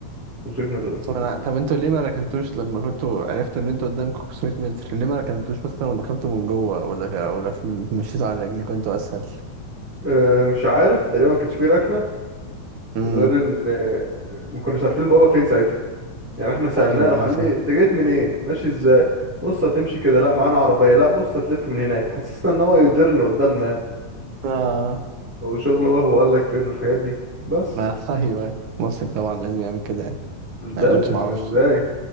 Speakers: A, in the centre; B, on the right (about 70°).
A: 500 متر بس.
B: طب انا طب انتوا ليه ما ركنتوش لما كنتوا عرفتوا ان انتوا قدامكم 500 متر ليه ما ركنتوش مثلا ودخلتوا من جوه ولا ولا في- مشيتوا على رجليكم انتوا اسهل
A: آه، مش عارف تقريبا ما كانش فيه ركنه
B: امم
A: غير ان آه، ما كناش عارفين بابا فين ساعتها يعني احنا سالناه
B: ايوه
A: راح
B: ايوه
A: قال
B: فاهم
A: لي انت جيت منين ماشي ازاي بص هتمشي كده لا معانا عربيه لا بص هتلف من هناك حسسنا ان هو يديرنا قدامنا يعني
B: اه
A: هو شغله بقى هو قال لك فين والحاجات دي بس
B: آه، ايوه ايوه مصر طبعا لازم يعمل كده يعني
A: لازم
B: ما يقولكش ما اعرفش
A: ازاي